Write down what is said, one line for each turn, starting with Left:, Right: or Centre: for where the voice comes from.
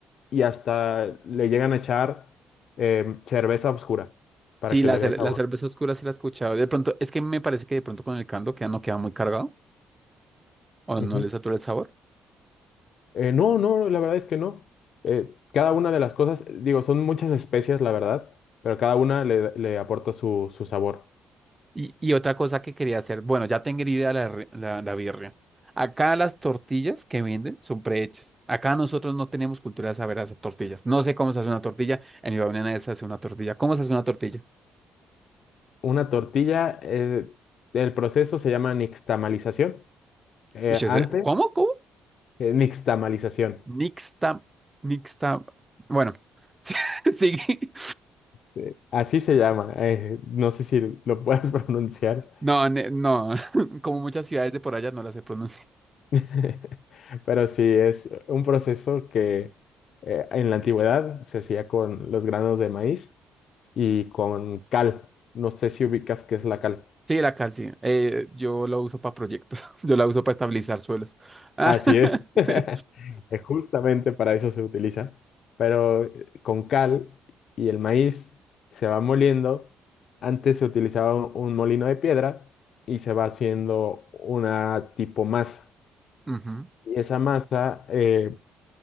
Left: y hasta le llegan a echar eh, cerveza oscura para
Right: Sí,
Left: que
Right: la,
Left: le
Right: cer-
Left: dé sabor.
Right: la cerveza oscura sí la he escuchado. De pronto, es que me parece que de pronto con el caldo queda, no queda muy cargado o
Left: Ujú.
Right: no le satura el sabor.
Left: Eh, no, no, la verdad es que no. Eh, cada una de las cosas, digo, son muchas especias, la verdad, pero cada una le, le aporta su, su sabor.
Right: Y, y otra cosa que quería hacer, bueno, ya tengo idea la, re- la, la birria. Acá las tortillas que venden son prehechas. Acá nosotros no tenemos cultura de saber hacer tortillas. No sé cómo se hace una tortilla. En mi familia se hace una tortilla. ¿Cómo se hace una tortilla?
Left: Una tortilla, eh, el proceso se llama nixtamalización. Eh,
Right: Uy, ese-
Left: antes,
Right: ¿Cómo? ¿Cómo?
Left: eh, nixtamalización.
Right: Nixta, nixta. Bueno, <laughs> sí, sigue.
Left: Eh, así se llama. eh, no sé si lo puedes <laughs> pronunciar,
Right: No, ne- no. <laughs> Como muchas ciudades de por allá no las se pronuncia.
Left: <laughs> pero sí, es un proceso que eh, en la antigüedad se hacía con los granos de maíz y con cal. No sé si ubicas qué es la cal.
Right: Sí, la cal, sí. Eh, yo lo uso para proyectos. <laughs> Yo la uso para estabilizar suelos. <laughs> Ah,
Left: Así
Right: <laughs>
Left: es.
Right: sí.
Left: <laughs> Es Justamente para eso se utiliza. Pero eh, con cal y el maíz se va moliendo. Antes se utilizaba un un molino de piedra y se va haciendo una tipo masa.
Right: <laughs> Ujú.
Left: Y esa masa eh,